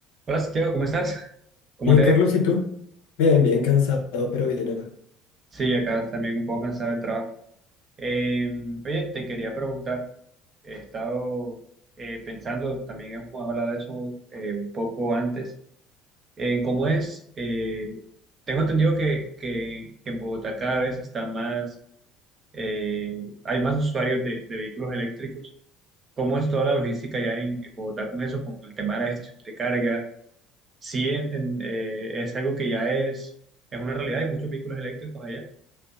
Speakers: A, on the right; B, on the left.
A: Hola Santiago, ¿cómo estás? ¿Cómo
B: Bien,
A: te
B: Carlos,
A: ha ido?
B: ¿y tú? Bien, bien cansado, pero bien. acá.
A: Sí, acá también un poco cansado del trabajo. Eh, oye, te quería preguntar, he estado eh, pensando, también hemos hablado de eso eh, un poco antes, en cómo es, eh, tengo entendido que, que- que en Bogotá cada vez está más, eh, hay más usuarios de, de vehículos eléctricos. ¿Cómo es toda la logística ya en, en Bogotá con eso, con el tema de las estaciones de carga? Sí, en- en, eh, es algo que ya es, es una realidad. Hay muchos vehículos eléctricos allá.